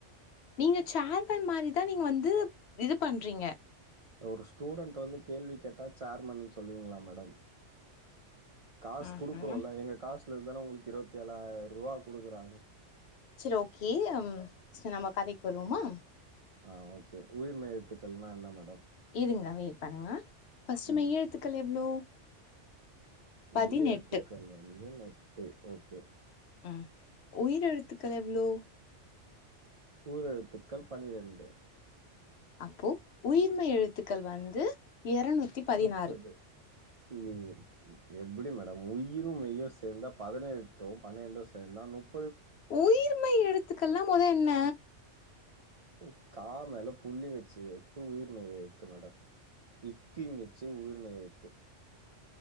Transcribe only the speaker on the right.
ஒரு ஸ்டூடெண்ட் வந்து கேள்வி கேட்டா சேர்மன் சொல்லுவீங்களா மேடம் காசு
குடுக்குறோல எங்க காசுலந்துதான உங்களுக் இருபத்தேழாயிர ரூபா குடுக்குறாங்
ஆஹ் ஓகே உயிர் மெய் எழுத்துக்கள்னா என்னா மேடம்
ம்
மெய்
எழுத்துக்கள் வந்து <unintelligible> னெட்டு ஓகே
உயிர் எழுத்துக்கள் பனிரெண்டு
முப்பது <unintelligible> எப்புடி மேடம் உயிரும் மெய்யும் சேந்தா பதினெட்டோ பனிரெண்டு சேந்தா முப்
ஓ கா மேல புள்ளி வச்சு எத்து உயிர்மய் எழுத்து மேடம் டி க் ங் ச்சு உயிர்மெய் எழுத்து